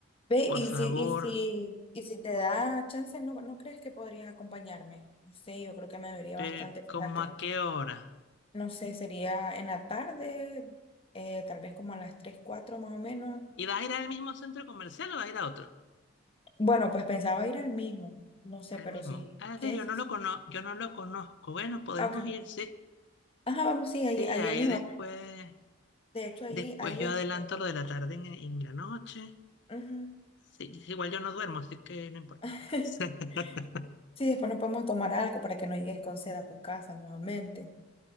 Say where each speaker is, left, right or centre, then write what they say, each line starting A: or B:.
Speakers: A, on the left; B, on the left.
A: Ve,
B: por
A: y
B: favor,
A: si, y si, y si te da chance, ¿no, no crees que podrías acompañarme? No sé, yo creo que me vería
B: pero
A: bastante, fíjate.
B: ¿cómo a qué hora?
A: No sé, sería en la tarde, eh, tal vez como a las 3 4 más o menos.
B: ¿Y vas a ir al mismo centro comercial o vas a ir a otro?
A: Bueno, pues pensaba ir al mismo. No sé,
B: Al
A: pero
B: mismo.
A: sí.
B: Ah,
A: ¿Qué?
B: que yo
A: Sí,
B: no
A: sí.
B: lo cono, yo no lo conozco. Bueno, podemos
A: Ah, ok.
B: ir, sí.
A: Ajá, vamos, sí,
B: Sí,
A: ahí, ahí
B: ahí
A: el mismo.
B: después,
A: De hecho, ahí,
B: después
A: ahí
B: yo
A: este.
B: adelanto lo de la tarde en, en la noche.
A: ujú.
B: Sí, sí, igual yo no duermo, así que no importa.
A: <laughs>
B: <laughs>
A: Sí, después nos podemos tomar algo para que no llegues con sed a tu casa nuevamente.